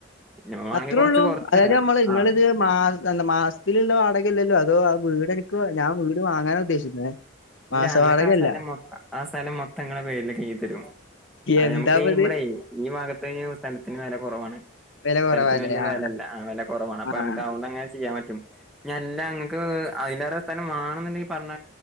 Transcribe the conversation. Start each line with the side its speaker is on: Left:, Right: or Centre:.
Centre: ഞമ്മളാണെങ്കി
Left: അത്രേള്ളൂ
Centre: കൊറച്ച് കൊറച്ചരാ
Left: അതായത് നമ്മള് ഇങ്ങളത്
Centre: ആഹ്
Left: മാസ എന്ന മാസത്തിലുള്ള വാടകല്ലല്ലോ അതോ വീട് എനിക്ക് ഞാൻ വീട് വാങ്ങാനാ ഉദ്ദേശിക്കുന്നേ
Centre: ഇല്ല
Left: മാസ
Centre: ങ്ങക്ക്
Left: വാടകയല്ല
Centre: ആ സഥലം മൊത്തം ആ സഥലം മൊത്തങ്ങളുടെ പേരിലൊ കെയ്തി തരും അതെ
Left: എന്താപ്പത്
Centre: നമ്മുക്കി ഇമ്മടെ ഈ ഭാഗത്ത് സ്ഥലത്തിന് വില കുറവാണ്
Left: വെല കൊറവാല്ലേ
Centre: സ്ഥലത്തിന് വല്ല്യയ വേലല്ല
Left: ആഹ്
Centre: ആ അ കുറവാണ് അപ്പൊ
Left: ആഹ്
Centre: നമുക്ക് അതുകൊണ്ടങ്ങനെ ചെയ്യാൻ പറ്റും ഇനി അല്ല അങ്ങക്ക് അതിലേറെ സ്ഥലം വേണെന്നുണ്ടെങ്കിൽ പറഞ്ഞ